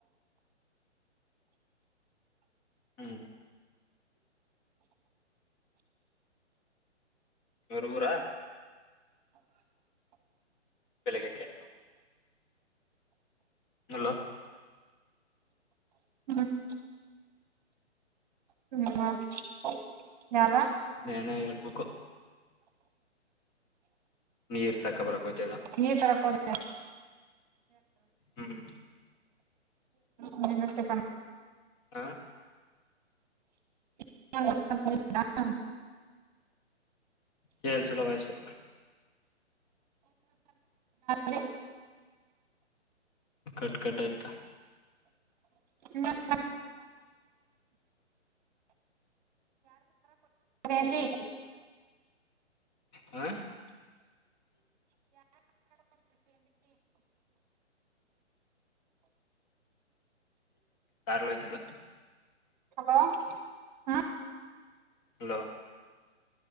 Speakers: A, on the left (about 25°); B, on the right (about 35°).
A: ಹ್ಞೂ ಊರೂರಾ ಬೆಳಿಗ್ಕ್ಕೆ ಹಲೋ
B: ಹ್ಮ್ ಹ ಯಾರ
A: ನಿನ್ ಹೇಳ್ಬೇಕು ನೀರ್ ತಗೋಬಾರಕ್ ಹೋಗಿದೆ.
B: ನೀರ್ ತರೋಕೆ ಹೋಗಿದೆ
A: ಹ್ಮ್
B: ಹ್ಮ ಮ
A: ಹಾ
B: ಹೋದ
A: ಕೇಳ್ಸಲ ವಯಸ್ಸು
B: ನೆ <unintelligible>
A: ಕಟ್ ಕಟ್ ಆಯ್ತಾ
B: ಮ ಮಿ <unintelligible>
A: ಹಾ <unintelligible> ಕಾರಾರ್ಲಯ್ತಿದ್ದ
B: ಹಲೋ ಹ್ಮ್
A: ಹಲೋ